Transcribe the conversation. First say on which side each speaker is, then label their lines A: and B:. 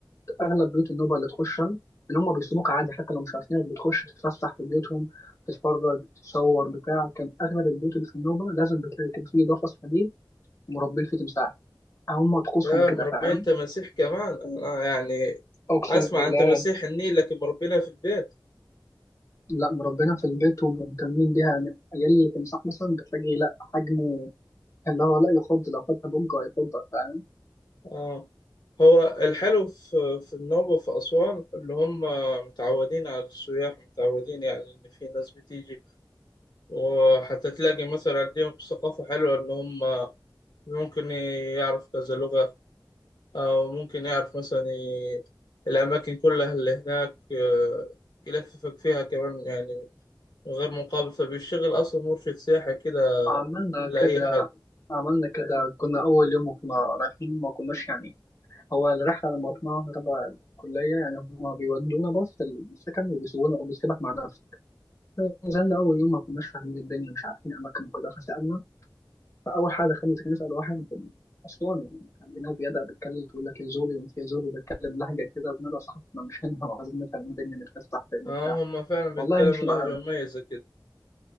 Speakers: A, on the left; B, on the left.
A: اغلب بيوت النوبه اللي تخشها ان هم بيسيبوك عادي حتى لو مش عارفينك بتخش تتفسح في بيوتهم تتفرج تتصور بتاع كان اغلب البيوت اللي في النوبه لازم بتلاقي كده فيه قفص حديد مربين فيه تمساح هم طقوسهم
B: يا
A: كده
B: مربي
A: فاهم
B: انت مسيح كمان انا يعني
A: اقسم
B: اسمع
A: بالله
B: انت مسيح النيل لكن مربينا في البيت
A: لا مربينا في البيت ومهتمين بيها يعني عيال التمساح مثلا بتلاقي لا حجمه اللي هو لا يفضل لو فاتها بوجه هيفضل فاهم
B: اه هو الحلو في في النوبة وفي أسوان اللي هم متعودين على السياح متعودين يعني إن في ناس بتيجي وحتى تلاقي مثلا عندهم ثقافة حلوة إن هم ممكن يعرف كذا لغة أو ممكن يعرف مثلا ي- الأماكن كلها اللي هناك آه، يلففك فيها كمان يعني من غير مقابل فبيشتغل أصلا مرشد سياحي كده
A: عملنا
B: لأي
A: كده
B: حد
A: عملنا كده كنا اول يوم وكنا رايحين ما كناش يعني هو الرحلة لما رحناها تبع الكلية يعني هما بيودونا بس السكن وبيسيبونا وبيسيبك مع نفسك نزلنا أول يوم ما كناش فاهمين الدنيا مش عارفين أماكن وكده فسألنا فأول حاجة خلينا نسأل واحد أسواني كان هناك بيبدأ بيتكلم يقول لك يا زولي وأنت يا زولي وبيتكلم لهجة كده وبنبقى صاحبنا احنا مش هنا <laughs> وعايزين نفهم الدنيا نتفسح فين
B: اه
A: وبتاع
B: هم فعلا بيتكلموا
A: والله مشي
B: لهجة
A: معانا
B: مميزة كده